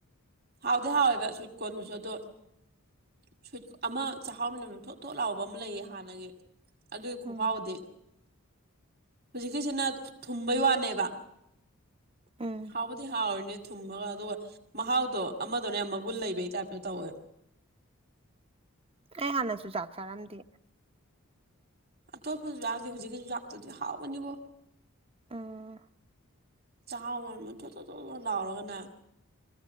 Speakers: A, on the right; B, on the right.
A: ꯍꯥꯎꯗꯤ ꯍꯥꯎꯋꯦꯕ ꯁꯨꯠ ꯀꯣꯟꯗꯨꯁꯨ ꯑꯗꯨꯣ ꯁꯨ ꯑꯃ ꯆꯍꯥꯎꯃꯤꯟꯅ ꯊꯣꯠ ꯊꯣꯠ ꯂꯥꯎꯕ ꯑꯃ ꯂꯩꯌꯦ ꯍꯥꯟꯅꯒꯤ ꯑꯂ ꯑꯩ ꯈꯨ
B: ꯎꯝ
A: ꯍꯥꯎꯗꯦ ꯍꯧꯖꯤꯛꯀꯤꯁꯤꯅ ꯊꯨꯝꯕꯩ ꯋꯥꯅꯦꯕ
B: ꯎꯝ
A: ꯍꯥꯎꯕꯗꯤ ꯍꯥꯎꯣꯏꯅꯦ ꯊꯨꯝꯃꯒ ꯑꯗꯨꯒ ꯃꯍꯥꯎꯗꯣ ꯑꯃꯗꯅꯦ ꯌꯥꯝ ꯃꯒꯨꯟ ꯂꯩꯕꯩ ꯇꯥꯏꯞꯇꯣ ꯇꯧꯋꯦ
B: ꯑꯩ ꯍꯥꯟꯅꯁꯨ ꯆꯥꯛ ꯆꯥꯔꯝꯗꯦ
A: ꯑꯇꯣꯞꯄꯁꯨ ꯂꯥꯛꯑꯦ ꯍꯧꯖꯤꯛꯀꯤꯁꯨ ꯂꯥꯛꯇꯗꯤ ꯍꯥꯎꯕꯅꯤꯕꯣ
B: ꯑꯥ
A: ꯆ ꯊꯂ ꯂꯥꯎꯔꯒꯅꯦ